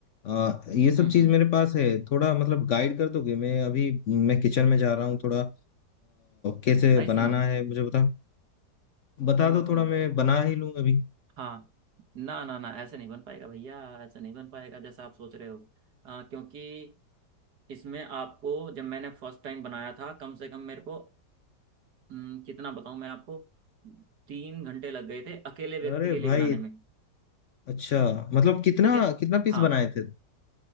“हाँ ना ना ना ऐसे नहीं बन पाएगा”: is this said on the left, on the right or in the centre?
Right